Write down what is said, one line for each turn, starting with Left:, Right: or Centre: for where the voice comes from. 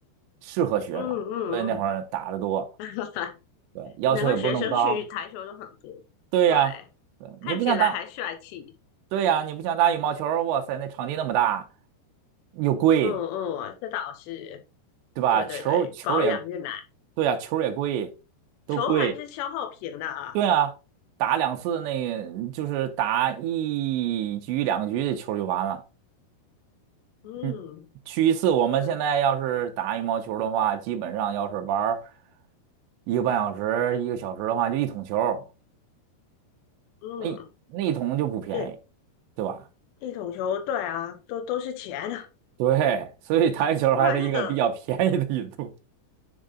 Right: 适合学生，
Left: 嗯嗯，
Right: 所以那会儿打得多，
Left: <laughs>
Right: 对，要求也不是那么高。
Left: 难怪学生去台球都很多，
Right: 对呀，
Left: 对，
Right: 对，你不像打，
Left: 看起来还帅气，
Right: 对呀，你不像打羽毛球儿哇塞，那场地那么大，又贵，
Left: 嗯嗯，这倒是，
Right: 对吧？
Left: 对对对，
Right: 球儿球儿也，
Left: 保养越难，
Right: 对呀，球儿也贵，都贵，
Left: 球还是消耗品的啊，
Right: 对啊，打两次那就是打一局两局的球儿就完了。
Left: 嗯，
Right: 嗯，去一次，我们现在要是打羽毛球的话，
Left: 对对，
Right: 基本上要是玩儿一个半小时、一个小时的话，就一桶球儿，
Left: 嗯，
Right: 那那一桶就不便宜，
Left: 对，
Right: 对吧？<laughs>
Left: 一桶球，对啊，都都是钱啊，
Right: 对，所以台球还是一个比较便宜的运动，
Left: 不然那个，